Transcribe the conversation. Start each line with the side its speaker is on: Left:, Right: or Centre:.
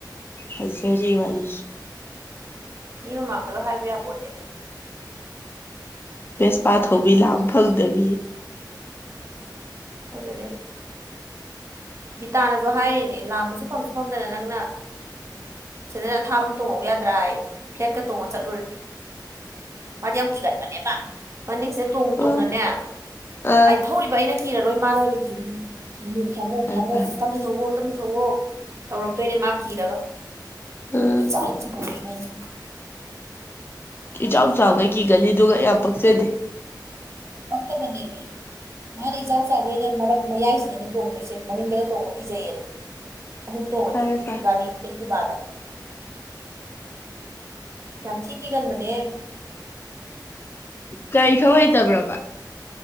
Left: ꯍꯖꯔꯤ ꯋꯥꯔꯤꯏ
Right: ꯃꯤ ꯃꯃꯥꯡꯗꯒ ꯍꯥꯏꯕ ꯌꯥꯄꯣꯠꯇꯦ
Left: ꯕꯦꯁꯄꯥ ꯊꯧꯕꯤ ꯂꯥꯝ ꯐꯪꯗꯕꯤ
Right: ꯑꯗꯨꯗꯦ ꯕꯤꯇꯥꯅꯁꯨ ꯍꯥꯏꯔꯤꯅꯦ ꯂꯥꯝꯕꯁꯨ ꯐꯪꯁꯨ ꯐꯪꯗꯅ ꯅꯪꯅ ꯁꯤꯗꯅ ꯑꯊꯥꯐꯝ ꯇꯣꯡꯉꯧ ꯌꯥꯗ꯭ꯔꯥ ꯑꯩ ꯐ꯭ꯂꯦꯠꯀ ꯇꯣꯡꯉ ꯆꯠꯂꯨꯔꯗꯤ ꯃꯥꯗꯤ ꯌꯥꯝ ꯀꯤꯒꯟꯕꯅꯦ ꯃꯥ ꯃꯅꯤꯡꯁꯤꯗ ꯇꯣꯡꯅ
Left: ꯑꯥ
Right: ꯇꯣꯡꯅꯅꯦ
Left: ꯑꯥ
Right: ꯑꯩ ꯊꯧꯔꯤꯕ ꯑꯩꯅ ꯀꯤꯔꯔꯣꯏ ꯃꯥꯅ ꯑꯣꯏꯅ ꯀꯤꯔꯒꯅꯤ ꯈꯝꯃꯣ ꯈꯥꯃꯨ
Left: ꯐꯔꯦ
Right: ꯈꯥꯝꯃꯣꯛ
Left: ꯐꯔꯦ
Right: ꯇꯝꯅ ꯊꯧꯎꯑꯣ ꯇ ꯊꯣꯛꯑꯣ ꯇꯧꯔꯛꯇꯣꯏꯅꯦ ꯃꯥ ꯀꯤꯔꯒ
Left: ꯑꯥ
Right: ꯏ ꯆꯜꯆ ꯃ ꯃꯩꯃꯅ
Left: ꯏꯆꯥꯎ ꯆꯥꯎꯈꯩ ꯀꯤꯒꯅꯤꯗꯨꯒ ꯌꯥꯝ ꯄꯛꯆꯗꯦ
Right: ꯑꯣꯛꯇꯕꯗꯤꯅꯤ ꯃꯥꯅ ꯏꯆꯥꯎ ꯆꯥꯎꯕꯩꯅꯦ ꯃꯔꯛ ꯃꯌꯥꯏꯁꯤꯗꯅꯦ ꯇꯣꯡꯗꯣꯏꯁꯦ ꯃꯅꯤꯡꯗꯒ ꯇꯣꯡꯕ ꯀꯤꯖꯩꯌꯦꯅ ꯑꯍꯨꯝꯗꯣꯡꯉꯗꯤ
Left: ꯐꯔꯦ ꯐꯔꯦ
Right: ꯒꯥꯔꯤ ꯑꯩꯛꯇꯤꯄꯥꯗ ꯌꯥꯝ ꯊꯤꯈꯤꯒꯟꯕꯅꯦ
Left: ꯀꯒꯥꯔꯤ ꯊ ꯍꯩꯇꯕ꯭ꯔꯕ